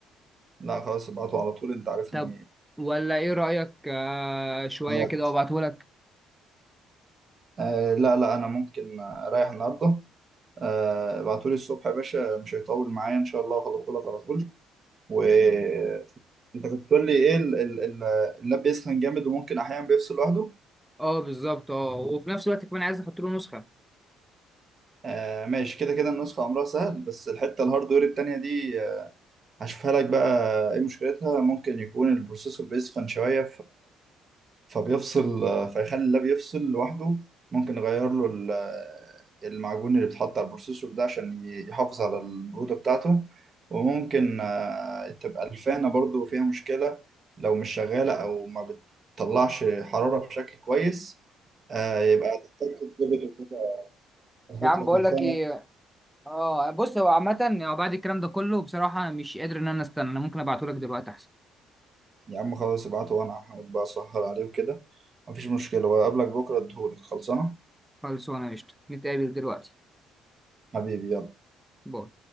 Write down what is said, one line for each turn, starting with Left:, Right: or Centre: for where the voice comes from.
Right: لا خلاص ابعته على طول انت عارفني
Centre: طب ولا ايه رايك آه شويه
Right: خلاص.
Centre: كده وابعتهولك
Right: آه لا لا انا ممكن اريح النهارده آه ابعتولي الصبح يا باشا مش هيطول معايا ان شاء الله هخلصهولك على طول وانت كنت بتقول لي ايه ال- ال- ال- اللاب بيسخن جامد وممكن احيانا بيفصل لوحده
Centre: اه بالظبط اه وفي نفس الوقت كمان عايز احط له نسخه
Right: آه ماشي كده كده النسخة امرها سهل بس الحتة الهاردوير التانية دي آه، هشوفها لك بقى ايه مشكلتها ممكن يكون البروسيسور بيسخن شوية فبيفصل آه، فيخلي اللاب يفصل لوحده ممكن نغير له ال- آه، المعجون اللي بيتحط على البروسيسور ده عشان ي- يحافظ على البرودة بتاعته وممكن آه، تبقى الفانة برضو فيها مشكلة لو مش شغالة أو ما بتطلعش حرارة بشكل كويس آه، يبقى تحتاج تتظبط وكده أظبط
Centre: يا عم
Right: لك
Centre: بقول
Right: الفانة
Centre: لك ايه اه بص هو عامه آه، بعد الكلام ده كله بصراحه مش قادر ان انا استنى انا ممكن ابعته لك دلوقتي احسن
Right: يا عم خلاص ابعته وأنا هحاول بقى أسهر عليه وكده مفيش مشكلة وأقابلك بكرة أديهولك خلصانة
Centre: خلص وانا قشطه نتقابل دلوقتي
Right: حبيبي يلا
Centre: باي.